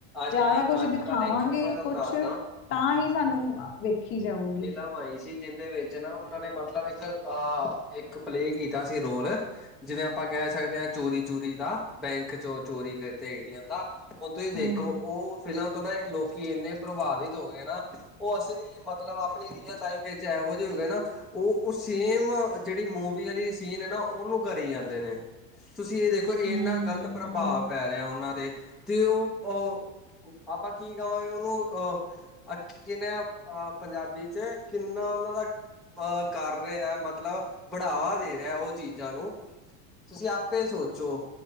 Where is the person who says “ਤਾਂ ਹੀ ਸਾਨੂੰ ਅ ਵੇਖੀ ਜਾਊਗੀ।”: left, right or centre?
Left